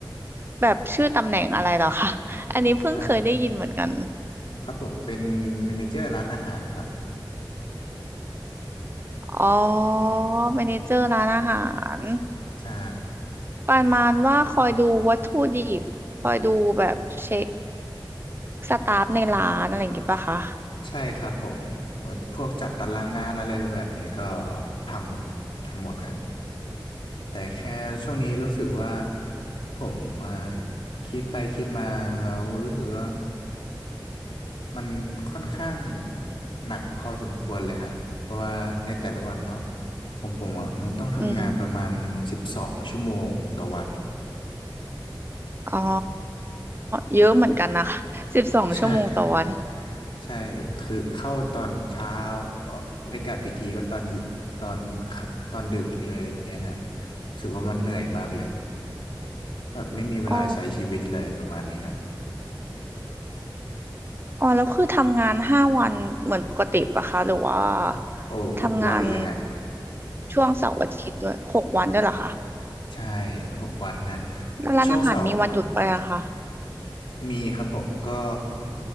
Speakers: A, on the right (about 25°); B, on the left (about 80°).
A: แบบชื่อตำแหน่งอะไรเหรอคะอันนี้เพิ่งเคยได้ยินเหมือนกัน
B: อ่าครับผมเป็นเมเนเจอร์ร้านอาหารครับ
A: อ๋อเมเนเจอร์ร้านอาหาร
B: ใช่
A: ประมาณว่าคอยดูวัตถุดิบคอยดูแบบเช็คสตาฟในร้านอะไรอย่างงี้ปะคะ
B: ใช่ครับผมพวกจัดตารางงานอะไรแบบนี้ก็ทำทำหมดฮะแต่แค่ช่วงนี้รู้สึกว่าผมมาคิดไปคิดมาแล้วรู้สึกว่ามันค่อนข้างหนักพอสมควรเลยฮะเพราะว่าในแต่ละวันเนาะของผมอ่ะมันต้องทำงานประมาณสิบสองชั่วโมงต่อวัน
A: อืม อ๋อ เยอะเหมือนกันนะคะสิบสองชั่วโมงต่อวัน
B: ใช่ <laughs> ใช่คือเข้าตอนเช้าเออได้กลับอีกทีก็ตอนเยตอนค่ำตอนดึกเลยอย่างเงี้ยฮะรู้สึกว่ามันเหนื่อยมากเลยแบบไม่มีเวลาใช้ชีวิตเลยประมาณนี้ฮะ
A: อ๋อ อ๋อแล้วคือทำงานห้าวันเหมือนปกติปะคะหรือว่า
B: โอ้หกวันเลยฮะ
A: ทำงานช่วงเสาร์อาทิตย์ด้วยหกวันด้วยเหรอคะ
B: ใช่หกวันฮะ
A: แล้วร้านอาหารมีวันหยุดไปอะคะ
B: ช่วงเสาร์มีครับผมก็